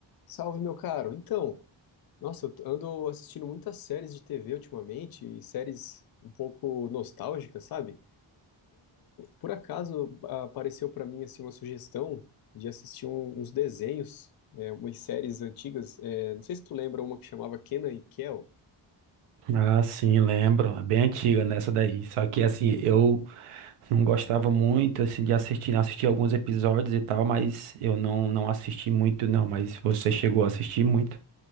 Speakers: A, on the left; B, on the right.
A: Salve, meu caro. Então, nossa, eu ando assistindo muitas séries de TV ultimamente e séries um pouco nostálgicas, sabe? Por acaso a- apareceu pra mim assim uma sugestão de assistir um- uns desenhos, é, umas séries antigas. É, não sei se tu lembra uma que chamava Kenan e Kel.
B: Ah, sim, lembro. É bem antiga nessa daí. Só que assim, eu não gostava muito assim de assistir, assisti alguns episódios e tal, mas eu não não assisti muito não, mas você chegou a assistir muito?